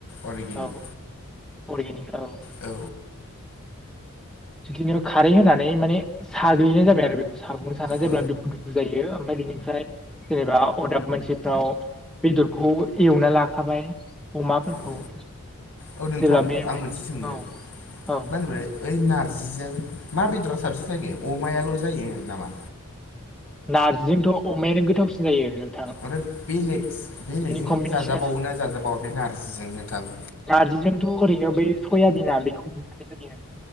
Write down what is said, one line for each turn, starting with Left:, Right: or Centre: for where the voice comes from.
Left: अर्गेनिक
Centre: औ अरगेनिक औ।
Left: औ
Centre: बिदिनो खारै होनानै माने साग्लिनाय जाबाय आरो बेखौ साग' साना जेब्ला
Left: औ
Centre: दुफु दुफ जायो ओमफ्राय बिनिफ्राय जेनेबा अदाब मोनसेफ्राव बेदरखौ एवना लाखाबाय अमाफोरखौ
Left: औ
Centre: जेब्ला
Left: औ नोंथां
Centre: बे
Left: आं मोनसे सोंनो
Centre: औ औ।
Left: मा होनोमोनलाय ओइ नारजिजों मा बेदरा साबसिन जायो अमायाल' जायो नामा?
Centre: नारजिजोंनोथ' अमायानो गोथावसिन जायो ओं।
Left: आरो बेलेक बेलेकजों
Centre: कम्बिनेसना
Left: जाजाबावोना जाजाबावा बे नारजिजों नोंथां?
Centre: नार्जिजोंथ' ओरैनो बै सयाबिना बेखौ जानाय जायो।